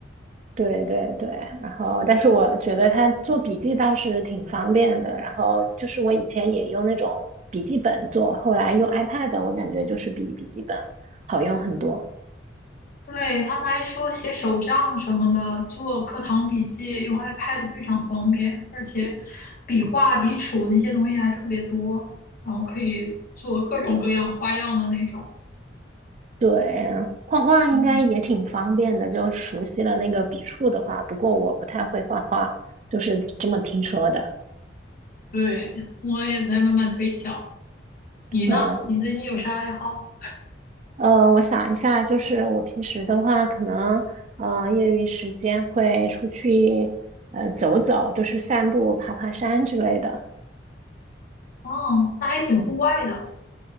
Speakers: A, on the right; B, on the left.
A: 对对对，然后但是我觉得它做笔记倒是挺方便的，然后就是我以前也用那种笔记本做，后来用 iPad，我感觉就是比笔记本好用很多。
B: 对，他们还说写手账什么的，做课堂笔记用 iPad 非常方便，而且笔画、笔触那些东西还特别多，然后可以做各种各样花样的那种。
A: 对，画画应该也挺方便的，
B: 嗯，
A: 就熟悉了那个笔触的话，不过我不太会画画，就是这么听说的。
B: 对，我也在慢慢推敲。你呢？
A: 嗯
B: 你最近有啥爱好？
A: 呃，我想一下，就是我平时的话，可能呃业余时间会出去呃走走，就是散步、爬爬山之类的。
B: 哦，那还挺户外的。